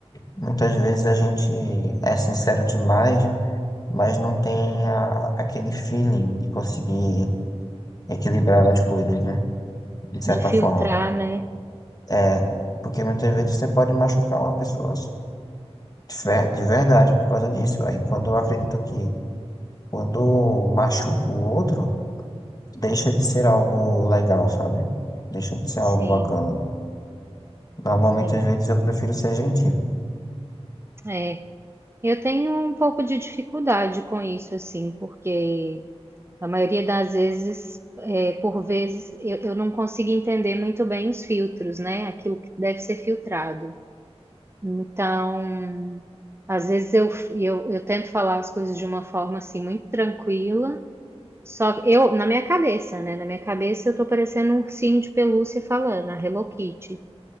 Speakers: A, on the left; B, on the right.
A: muitas vezes a gente é sincero demais mas não tem a- aquele feeling de conseguir equilibrar as coisas, né? De certa
B: De filtrar,
A: forma.
B: né?
A: É, porque muitas vezes você pode machucar uma pessoa de fe- de verdade por causa disso. Aí quando eu acredito que quando machuca o outro, deixa de ser algo legal, sabe? Deixa de ser algo
B: Sim,
A: bacana. Normalmente,
B: sim.
A: às vezes, eu prefiro ser gentil.
B: É. Eu tenho um pouco de dificuldade com isso, assim, porque a maioria das vezes, é, por vezes, eu, eu não consigo entender muito bem os filtros, né? Aquilo que deve ser filtrado. Então, às vezes eu, eu, eu tento falar as coisas de uma forma assim muito tranquila, Só que eu, na minha cabeça, né? Na minha cabeça eu tô parecendo um ursinho de pelúcia falando, a Hello Kitty.